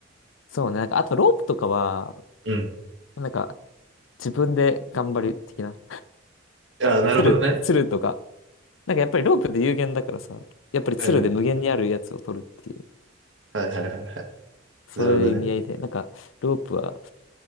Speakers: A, on the left (about 85°); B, on the right (about 75°).
A: そうね。なんか、あとロープとかは、
B: うん。
A: なんか、自分で頑張る的な。
B: ああ、なるほどね。
A: つる、つるとか。なんかやっぱりロープで有限だからさ、やっぱりつるで無限にあるやつを取るっていう、
B: うんうん。はいはいはいはい。
A: そういう意味合いで、
B: なるほどね。
A: なんか、ロープは、